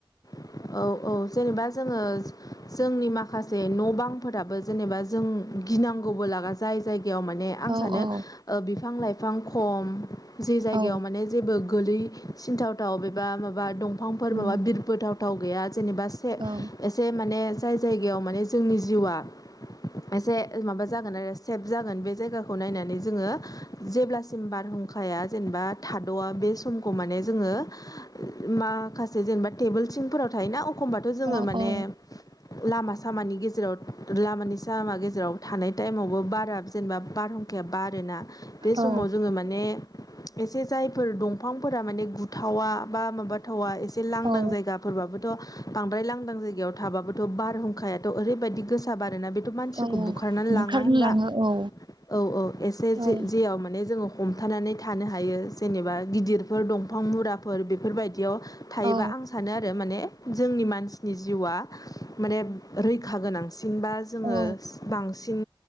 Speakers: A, on the left; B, on the right.
A: औ औ जेनेबा जोङो जोंनि माखासे न' बांफोराबो जेनेबा जों गिनांगौबो लागा जाय जाय जायायाव माने आं
B: औ
A: सानो
B: औ
A: बिफां लाइफां खम जे जायगायाव
B: औ
A: माने जेबो गोलै सिनथावथाव एबा माबा दंफांफोर
B: उम
A: माबा बिरफोथावथाव गैया जेनेबा से
B: औ
A: एसे माने जाय जायगायाव माने जोंनि जिउआ एसे माबा जागोन आरो सेफ जागोन बे जायगाखौ नायनानै जोङो जेब्लासिम बार हुंखाया जेनबा थाद'आ बे समखौ माने जोङो माखासे जेनेबा टेबोल थिं फोराव थायोना अखमबाथ' जोङो
B: औ
A: माने
B: औ
A: लामा सामानि गेजेराव लामानि सामा गेजेराव थानाय टाइमावबो बारा जेनेबा बारहुंखाया बारोना बे
B: औ
A: समाव जोङो माने एसे जायफोर दंफां फोरा माने गुथावा बा माबाथावा एसे लांदां
B: औ
A: जायगा फोरबोथ' बांद्राय लांदां जायगायाव थाबाबोथ' बारहुंखायाथ' ओरैबायदि गोसा बारोना बेथ' मानसि
B: औ
A: बुखारनानै
B: बुखारनो
A: लाङा होनबा
B: लाङो औ
A: औ औ एसे जे
B: औ
A: जे आव माने जोङो हमथा थानानै थानो हायो जेनबा गिदिरफोर दंफां मुरा फोर बेफोरबायदियाव थायोबा
B: औ
A: आं सानो आरो माने जोंनि मानसिनि जिउआ माने रैखा गोनां। सिनबा जोङो
B: औ
A: बांसिन